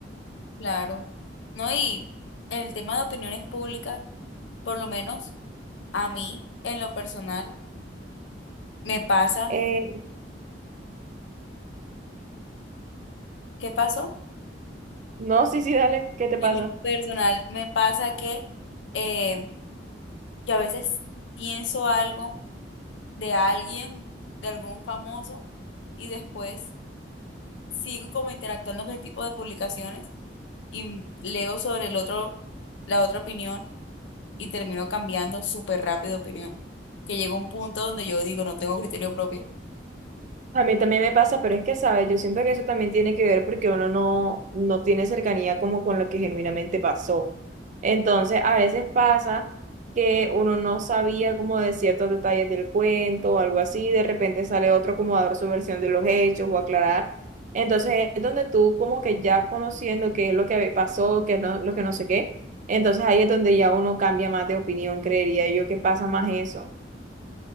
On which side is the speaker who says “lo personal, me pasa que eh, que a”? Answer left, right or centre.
Left